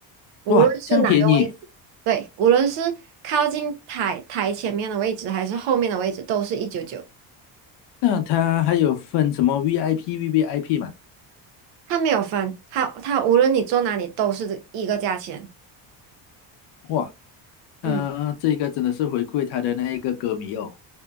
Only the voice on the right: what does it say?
无论是哪个位置，
对，无论是靠近台台前面的位置还是后面的位置，都是一九九，
他没有分，他他无论你坐哪里都是一个价钱。
嗯